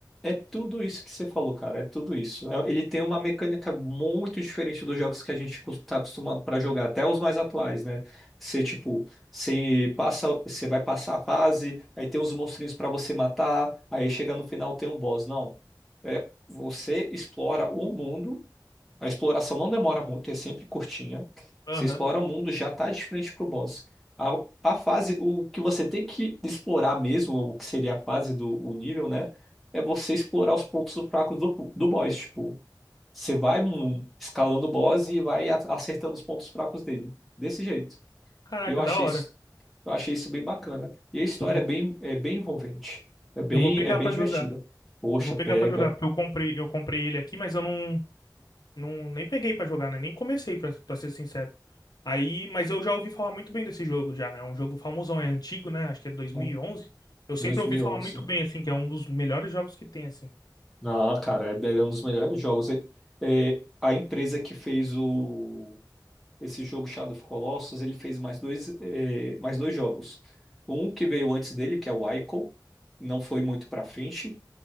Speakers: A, in the centre; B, on the left.
A: é tudo isso que você falou, cara. É tudo isso. É- ele tem uma mecânica muito diferente dos jogos que a gente está acostumado para jogar, até os mais atuais, né? Você, tipo, você passa, você vai passar a fase, aí tem os monstrinhos para você matar, aí chega no final tem um boss. Não. É, você explora o mundo A exploração não demora muito, é sempre curtinha.
B: Aham.
A: Você explora o mundo, já tá de frente pro boss. A, a fase, o que você tem que explorar mesmo, o que seria a fase do o nível, né? É você explorar os pontos fracos do, do boss. Tipo, você vai hum, escalando o boss e vai a- acertando os pontos fracos dele. Desse jeito.
B: Caraca,
A: E eu achei
B: da hora.
A: isso, eu achei isso bem bacana. E a história
B: Eu vou,
A: é bem, é bem envolvente. É bem,
B: eu vou pegar
A: é bem
B: pra
A: divertida.
B: jogar.
A: Poxa,
B: Eu vou pegar
A: pega,
B: pra jogar, porque eu comprei, eu comprei ele aqui, mas eu não Não, nem peguei pra jogar, né? Nem comecei, pra, pra ser sincero. Aí, mas eu já ouvi falar muito bem desse jogo já. É um jogo famosão, é antigo, né? Acho que é dois
A: né?
B: mil e onze Eu
A: 2011.
B: sempre ouvi falar muito bem, assim, que é um dos melhores jogos que tem, assim.
A: Não, cara, é é um dos melhores jogos. É- é, a empresa que fez o, esse jogo Shadow of Colossus, ele fez mais dois, é, mais dois jogos. Um que veio antes dele, que é o Ico, não foi muito pra frente.